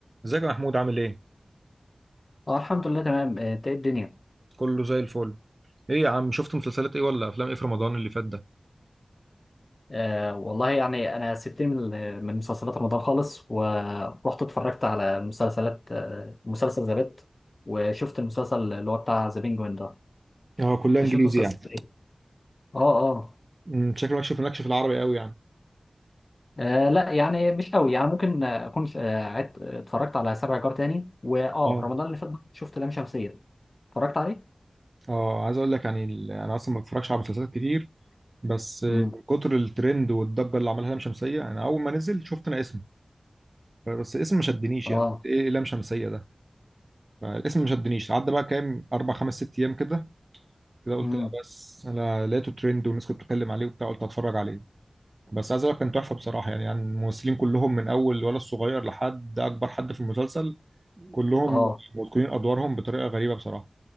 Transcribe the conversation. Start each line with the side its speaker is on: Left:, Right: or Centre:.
Right: ازيك يا محمود عامل ايه؟
Left: اه الحمد لله تمام آه، انت ايه الدنيا
Right: كله زي الفل. ايه يا عم شفت مسلسلات ايه ولا افلام ايه في رمضان اللي فات ده؟
Left: آه والله يعني انا سبتني من ال- من مسلسلات رمضان خالص ورحت اتفرجت على مسلسلات آه مسلسل ذا بيت وشفت المسلسل اللي هو بتاع ذا بينجوين ده
Right: اه كلها انجليزي
Left: انت شفت مسلسل
Right: يعني
Left: ايه اه اه
Right: امم شكلك مالكش في مالكش في العربي قوي يعني.
Left: آه، لا يعني مش قوي يعني ممكن آه، اكون آه، عدت اتفرجت على سبع جار تاني واه
Right: اه
Left: رمضان اللي فات شفت لام شمسية اتفرجت عليه
Right: اه عايز اقول لك يعني ال- انا اصلا ما بتفرجش على مسلسلات كتير بس آه،
Left: امم
Right: من كتر الترند والضجه اللي عملها لام شمسيه انا اول ما نزل شفت انا اسمه بس الاسم ما شدنيش
Left: اه
Right: يعني قلت ايه لام شمسيه ده فالاسم ما شدنيش عدى بقى كام اربع خمس ست ايام كده كده قلت
Left: امم
Right: لا بس انا لقيته ترند والناس كانت بتتكلم عليه وبتاع قلت هتفرج عليه بس عايز اقول لك كان تحفه بصراحه يعني يعني الممثلين كلهم من اول الولد الصغير لحد اكبر حد في المسلسل كلهم
Left: اه
Right: متقنين ادوارهم بطريقه غريبه بصراحه